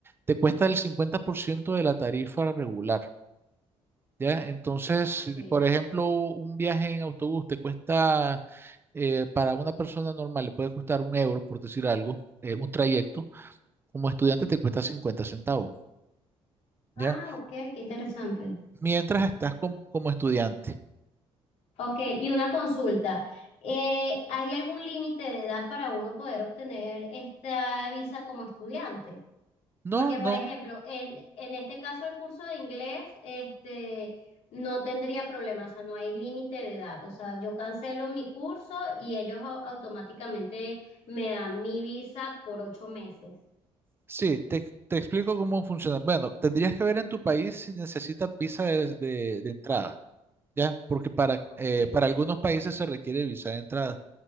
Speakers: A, on the right; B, on the left.
A: te cuesta el 50% de la tarifa regular. ¿ya? Entonces, si,
B: ok.
A: por ejemplo, un viaje en autobús te cuesta, eh, para una persona normal le puede costar un euro, por decir algo, eh, un trayecto, como estudiante te cuesta cincuenta centavos,
B: Ah,
A: ¿ya?
B: ok, qué interesante.
A: Mientras estás com- como estudiante.
B: Ok, y una consulta. Eh, ¿hay algún límite de edad para uno poder obtener esta visa como estudiante? Porque,
A: No, no,
B: por ejemplo, en, en este caso el curso de inglés, este, no tendría problema, o sea, no hay límite de edad. O sea, yo cancelo mi curso y ellos au- automáticamente me dan mi visa por ocho meses.
A: sí, te, te explico cómo funciona. Bueno, tendrías que ver en tu país si necesitas visa de, de- de entrada, ¿ya? Porque para,
B: Ok.
A: eh, para algunos países se requiere visa de entrada.